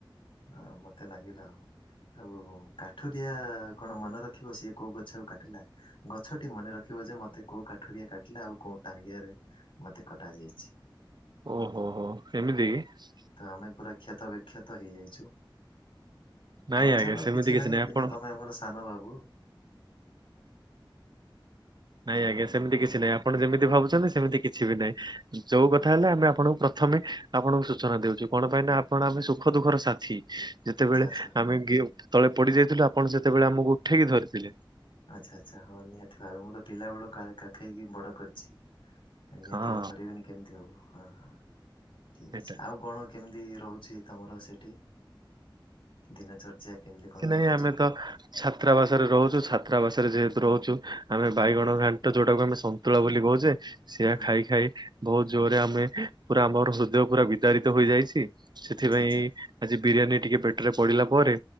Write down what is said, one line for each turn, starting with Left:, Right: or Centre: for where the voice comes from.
Left: ଆ ମତେ ଲାଗିଲା ଆଉ। ଆଉ କାଠୁରିଆ କଣ ମନ ରଖିବ ସିଏ କୋଉ ଗଛକୁ କାଟିଲା। ଗଛଟି ମନେ ରଖିବ ଯେ ମତେ କୋଉ କାଠୁରିଆ କାଟିଲା ଆଉ କୋଉ ଟାଙ୍ଗିଆରେ ମତେ କଟା ଯେଇଛି।
Right: ଓହୋ ହୋ ଏମିତି କି?
Left: ତ ଆମେ ପୁରା କ୍ଷତ ବିକ୍ଷତ ହେଇଯାଇଚୁ।
Right: ନାଇଁ
Left: ହଉ
Right: ଆଜ୍ଞା
Left: ଚାଲ
Right: ସେମିତି
Left: କିଛି ନାହିଁ
Right: ନାଇଁ
Left: କିନ୍ତୁ
Right: ଆପଣ
Left: ତମେ ଆମର ସାନବାବୁ।
Right: ନାଇଁ ଆଜ୍ଞା
Left: ହଁ
Right: ସେମିତି କିଛି ନାଇଁ ଆପଣ ଯେମିତି ଭାବୁଚନ୍ତି ସେମିତି କିଛି ବି ନାଇଁ। ଯୋଉ କଥା ହେଲେ ଆମେ ଆପଣଙ୍କୁ ପ୍ରଥମେ ଆପଣଙ୍କୁ ସୂଚନା ଦେଉଚୁ କଣ ପାଇଁ ନା ଆପଣ ଆମେ ସୁଖ ଦୁଃଖର ସାଥି। ଯେତେବେଳେ
Left: ଆଚ୍ଛା ଆଚ୍ଛା
Right: ଆମେ ଗେ ଟେ ତଳେ ପଡି ଯାଇଥିଲୁ ଆପଣ ସେତେବେଳେ ଆମକୁ ଉଠେଇକି ଧରିଥିଲେ।
Left: ଆଚ୍ଛା ଆଚ୍ଛା ହଁ ନିହାତି ଭାବେ ମୁଁ ତ ପିଲାବେଳୁ କା କାଖେଇକି ବଡ କରିଚି। ହେ ନିହାତି
Right: ହଁ
Left: ଆଉ ଧରିବେନି କେମିତି ହବ ହଁ ହଁ ଠିକ୍
Right: ସେଇଟା
Left: ଅଛି ଆଉ କଣ କେମିତି ରହୁଚି ତମର ସେଠି ଦିନଚର୍ଯ୍ୟା କେମିତି
Right: କିଛି
Left: କଣ
Right: ନାହିଁ
Left: ରହୁଚି।
Right: ଆମେ ତ ଛାତ୍ରାବାସରେ ରହୁଚୁ ଛାତ୍ରାବାସରେ ଯେହେତୁ ରହୁଚୁ ଆମେ ବାଇଗଣ
Left: ହଁ
Right: ଘାଣ୍ଟ ଯୋଉଟାକୁ ଆମେ ସନ୍ତୁଳା ବୋଲି କହୁଚେ ସେୟା ଖାଇ
Left: ହଁ
Right: ଖାଇ ବୋହୁତ ଜୋରେ ଆମେ ପୁରା ଆମର ହୃଦୟ ପୁରା ବିଦାରିତ ହୋଇଯାଇଛି ସେଥିପାଇଁ
Left: ଆଚ୍ଛା ଆଚ୍ଛା
Right: ଆଜି ବିରିୟାନୀ ଟିକେ ପେଟେରେ ପଡିଲା ପରେ